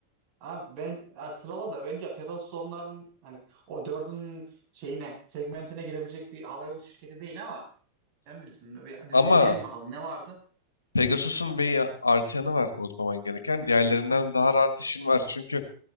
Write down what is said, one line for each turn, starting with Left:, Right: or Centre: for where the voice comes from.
Right: Abi ben ya sırala da bence Pegasus onların hani o dördün şeyine segmentine girebilecek bir havayolu şirketi değil ama sen bilirsin. Bir din-
Left: Ama
Right: dinleyelim bakalım ne vardı?
Left: Pegasus'un bir artı yanı var unutmaman gereken. Diğerlerinden daha rahat işin var. Çünkü